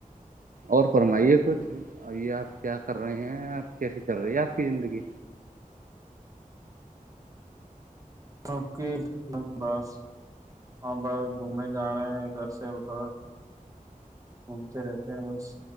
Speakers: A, on the right; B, on the right.
A: اور فرمائیے کچھ اورے آپ کیا کر رہے ہیں آپ کیسی چل رہی ہے آپ کی زندگی
B: آپ کے لگ بس اور ب گھومنے جا رہے ہیں ادھر سے ادھر گھومتے رہتے ہیں بس